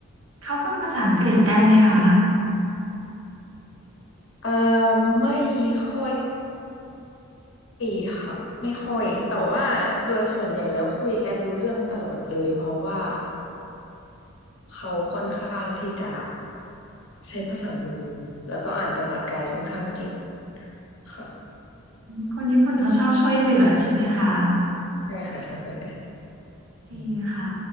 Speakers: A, on the right (about 65°); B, on the left (about 55°).
A: เขาฟังภาษาอังกฤษได้ไหมคะ
B: เอ่อไม่ค่อย ไม่ค่ะไม่ค่อยแต่ว่าโดยส่วนใหญ่แล้วคุยกันรู้เรื่องตลอดเลยเพราะว่าเขาค่อนข้างที่จะใช้ภาษามือแล้วก็อ่านภาษากายค่อนข้างเก่งค่ะ
A: อืมคนญี่ปุ่นเขาชอบช่วยเหลือใช่ไหมคะ
B: ใช่ค่ะชอบแบบนี้
A: ดีค่ะ
B: อืม